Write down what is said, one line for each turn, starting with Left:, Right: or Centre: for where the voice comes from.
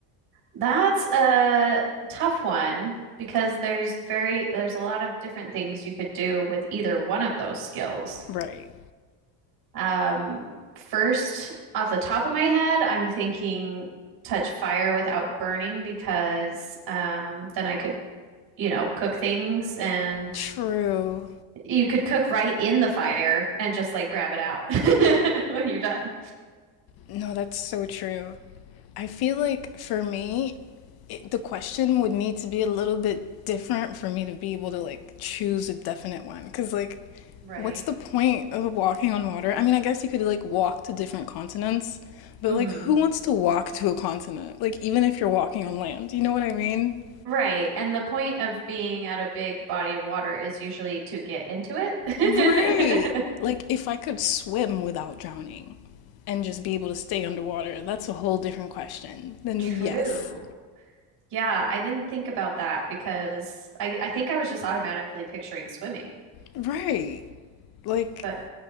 Right: That's a tough one because there's very there's a lot of different things you could do with either one of those skills.
Left: Right.
Right: Um, first, off the top of my head, I'm thinking touch fire without burning because um, then I could, you know, cook things and
Left: True.
Right: you could cook right in the fire and just like grab it out <laughs> when you're done.
Left: No, that's so true. I feel like for me, it, the question would need to be a little bit different for me to be able to like choose a definite one. Because, like,
Right: Right.
Left: what's the point of walking on water? I mean, I guess you could like walk to different continents, but
Right: Mm-hmm.
Left: like, who wants to walk to a continent? Like, even if you're walking on land, you know what I mean?
Right: Right. And the point of being at a big body of water is usually to get into it.
Left: Right. Like, if I could swim without drowning and just be able to stay underwater, that's a whole different question.
Right: <laughs>
Left: Then,
Right: True.
Left: yes.
Right: Yeah, I didn't think about that because I, I think I was just automatically picturing swimming,
Left: Right. Like,
Right: but